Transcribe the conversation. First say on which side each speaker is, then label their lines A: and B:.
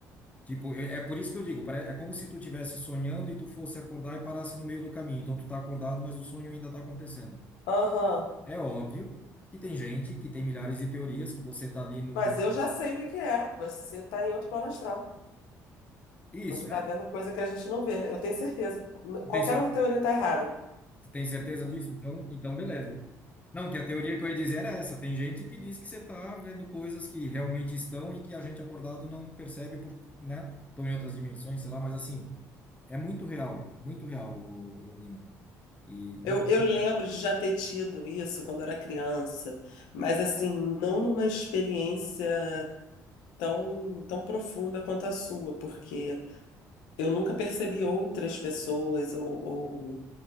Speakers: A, on the left; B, on the left.
A: Tipo, é, é por isso que eu digo, pare- é como se tu tivesse sonhando e tu fosse acordar e parasse no meio do caminho. Então tu tá acordado, mas o sonho ainda tá acontecendo.
B: Aham.
A: É óbvio que tem gente que tem milhares de teorias, que você tá ali num.
B: Mas eu já sei o que que é. Você tá em outro plano astral.
A: Isso,
B: Você tá
A: é.
B: vendo coisa que a gente não vê. Eu tenho certeza. N- Qualquer
A: Tem certeza
B: outra teoria tá errada.
A: Você tem certeza disso? Então, então beleza. Não, que a teoria que eu ia dizer era essa. Tem gente que diz que você está vendo coisas que realmente estão e que a gente acordado não percebe por, né? Estão em outras dimensões, sei lá, mas assim, é muito real, muito real, ô, ô, Nina. E,
B: Eu,
A: inclusive,
B: eu lembro de já ter tido isso quando eu era criança, mas assim, não numa experiência. tão, tão profunda quanto a sua, porque eu nunca percebi outras pessoas ou, ou